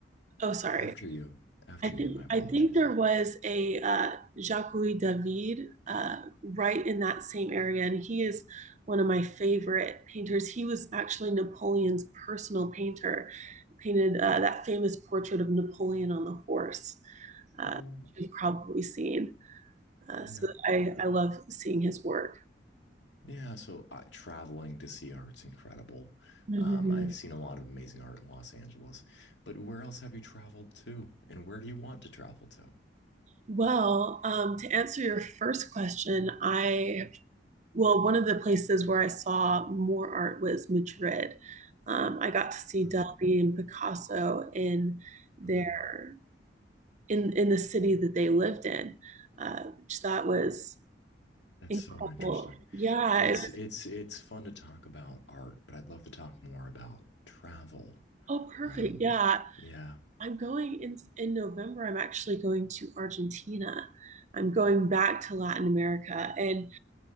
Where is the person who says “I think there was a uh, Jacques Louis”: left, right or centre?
Right